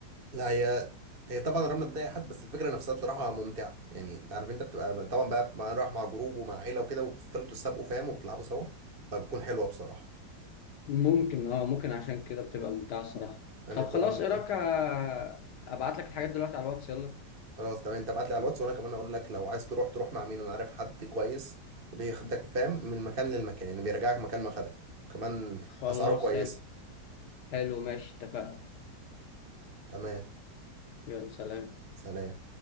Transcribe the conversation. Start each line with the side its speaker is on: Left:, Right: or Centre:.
Right: لا هي هي طبعا الرمله بتضايق حد بس الفكره نفسها بصراحه ممتعه يعني انت عارف انت بتبقى طبعا بقى مع رايح مع جروب ومع عيله وكده وبتفضلوا تسابقوا فاهم وبتلعبوا سوا فبتكون حلوه بصراحه
Left: ممكن اه ممكن عشان كده بتبقى ممتعه الصراحه
Right: يعني
Left: طب
Right: بتبقى
Left: خلاص
Right: ممتعه
Left: ايه رايك آه، ابعت لك الحاجات دلوقتي على الواتس يلا
Right: خلاص تمام انت ابعت لي على الواتس وانا كمان اقول لك لو عايز تروح تروح مع مين انا عارف حد كويس وبياخدك فاهم من مكان للمكان يعني بيرجعك مكان ما خدك كمان
Left: خلاص
Right: اسعاره كويسه
Left: حلو حلو ماشي اتفقنا
Right: تمام
Left: يلا سلام
Right: سلام